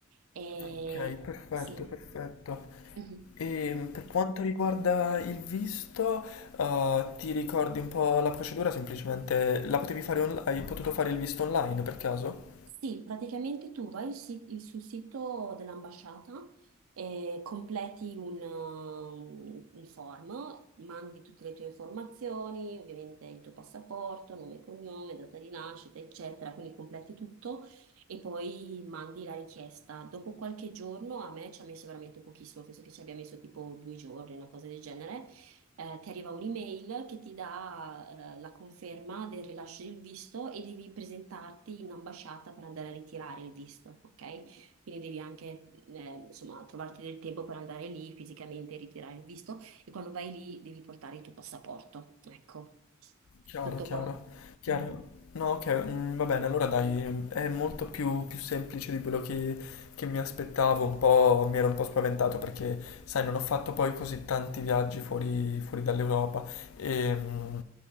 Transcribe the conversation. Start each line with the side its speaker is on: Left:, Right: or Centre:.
Right: E
Left: Ok, perfetto,
Right: sì.
Left: perfetto.
Right: Mhm.
Left: E per quanto riguarda il visto, eh, ti ricordi un po' la procedura? Semplicemente la potevi fare on- hai potuto fare il visto online per caso?
Right: Sì, praticamente tu vai si- sul sito dell'ambasciata, eh, completi un, uh, un form, mandi tutte le tue informazioni, ovviamente il tuo passaporto, nome e cognome, data di nascita, eccetera, quindi completi tutto e poi mandi la richiesta. Dopo qualche giorno, a me ci ha messo veramente pochissimo, penso che ci abbia messo tipo due giorni, una cosa del genere eh, ti arriva un'email che ti dà, eh, la conferma del rilascio del visto e devi presentarti in ambasciata per andare a ritirare il visto, ok? Quindi devi anche, eh, insomma, trovarti del tempo per andare lì fisicamente e ritirare il visto e quando vai lì devi portare il tuo passaporto. Ecco,
Left: Chiaro,
Right: tutto
Left: chiaro,
Right: qua.
Left: chiaro.
Right: Mm.
Left: No, ok, mm, va bene, allora dai, è molto più, più semplice di quello che, che mi aspettavo, un po', mi ero un po' spaventato perché, sai, non ho fatto poi così tanti viaggi fuori, fuori dall'Europa e mm,